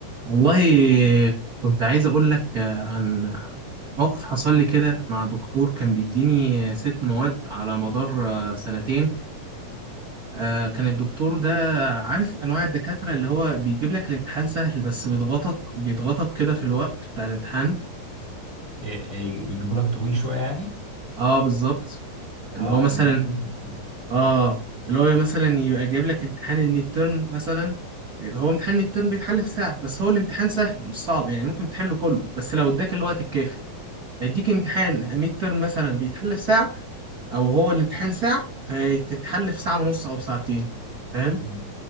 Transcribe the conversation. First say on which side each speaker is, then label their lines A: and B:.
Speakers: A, on the right (about 65°); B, on the left (about 45°).
A: والله كنت عايز أقول لك آه، عن موقف حصل لي كده مع دكتور كان بيديني آه، ست مواد على مدار آه، سنتين آه، كان الدكتور ده عارف أنواع الدكاترة اللي هو بيجيب لك الامتحان سهل بس بيضغطك بيضغطك كده في الوقت بتاع الامتحان
B: إيه- إيه، بيجيبوا لك طويل شويه يعني
A: اه بالظبط
B: اه
A: اللي هو مثلا
B: عندنا مم. منهم برضه.
A: اه اللي هو مثلا يبقى جايب لك امتحان الميد تيرم مثلا آه، هو امتحان الميد تيرم بيتحل في ساعة بس هو الامتحان سهل مش صعب يعني ممكن تحله كله بس لو اداك الوقت الكافي يديك امتحان ميد ترم مثلا بيتحل في ساعة أو هو الامتحان ساعة فتتحل في ساعة ونص أو ساعتين فاهم
B: مم.